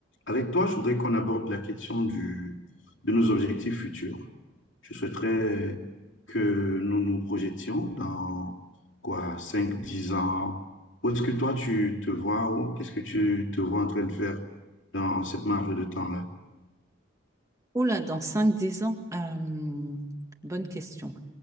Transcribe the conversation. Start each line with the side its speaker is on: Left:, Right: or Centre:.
Left: Avec toi, je voudrais qu'on aborde la question du, de nos objectifs futurs. Je souhaiterais que nous nous projetions dans quoi, 5, 10 ans. Où est-ce que toi, tu te vois? Où- Qu'est-ce que tu te vois en train de faire dans cette marge de temps-là?
Right: Oh là, dans cinq dix ans, euh, bonne question.